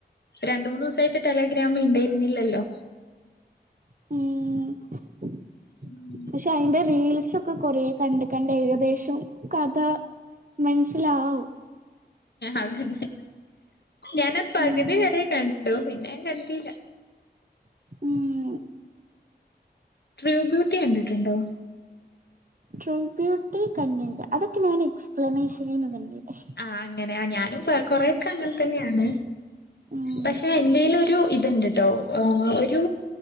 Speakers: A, on the left; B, on the right.
A: രണ്ട് മൂന്ന് ദിവസായിട്ട് ടെലഗ്രാമിൽ ഉണ്ടായിരുന്നില്ലല്ലോ.
B: ഉം
A: ഉം
B: പക്ഷെ അയിന്റെ റീൽസൊക്കെ കൊറേ കണ്ട്‌ കണ്ട് ഏകദേശം കഥ മനസി ലാവും.
A: അതന്നെ. ഞാന പകുതി
B: ഉം
A: വരെ ക ണ്ടു. പിന്നെ ഞാൻ കണ്ടിട്ടില്ല.
B: ഉം
A: ട്രൂ ബ്യൂട്ടി കണ്ടിട്ടുണ്ടോ?
B: ട്രൂ ബ്യൂട്ടി കണ്ടണ്ട്. അതൊക്കെ ഞാൻ എക്സ്പ്ലനേഷനിന്ന് കണ്ടണ്ട്‌.
A: ആഹ് അങ്ങനെ. ഞാനും കൊറെക്കെ അങ്ങനെ തന്നെ ആണ്.
B: ഉം
A: പക്ഷെ എൻ്റെല് ഒരു ഇതുണ്ട്ട്ടോ. ഒരു